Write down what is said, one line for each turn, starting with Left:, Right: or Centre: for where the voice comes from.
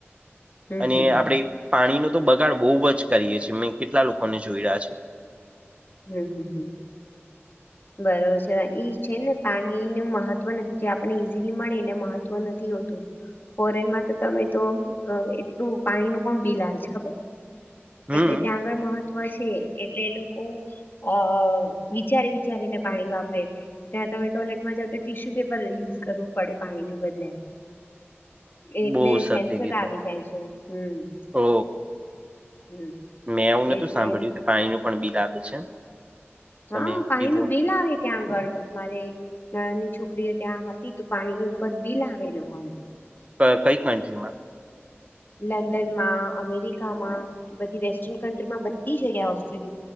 Left: હમ
Right: અને
Left: હમ
Right: આપણે પાણીનો તો બગાડ બહુ જ કરીએ છીએ મેં કેટલા લોકોને જોઈયા છે.
Left: હમ્મ હમ્મ હમ્મ. બરોબર છે એ છે ને પાણીનું મહત્વ નથી જે આપણે ઈઝીલી મળે એનુ મહત્વ નથી હોતું. ફોરેનમાં તો તમે તો એટલું પાણી નું પણ બિલ આવે છે ખબર?
Right: હમ
Left: એટલે ત્યાં આગળ મહત્વ છે એટલે એ લોકો અ વિચારે વિચારી ને પાણી વાપરે. ત્યાં તમે ટોયલેટમાં જાવ તો ટીશ્યુ પેપર યુઝ કરવું પડે પાણીની બદલે. એટલે
Right: બહુ સાચી
Left: સેન્સર
Right: કીધું
Left: આવી જાય છે હમ
Right: ઓ.
Left: હમ
Right: મેં આવું નતું
Left: એટલે
Right: સાંભળ્યું કે પાણીનું પણ બિલ આવે છે. તમે
Left: હા પાણી
Right: કીધું
Left: નું બિલ આવે. ત્યાં આગળ મારે નદડની છોકરીઓ ત્યાં હતી તો પાણી ઉપર બિલ આવે એ લોકોને.
Right: ક કઈ કન્ટ્રીમા?
Left: લંડનમાં, અમેરિકામાં બધી વેસ્ટર્ન કન્ટ્રીમાં બધી જગ્યા ઓસ્ટ્રેલ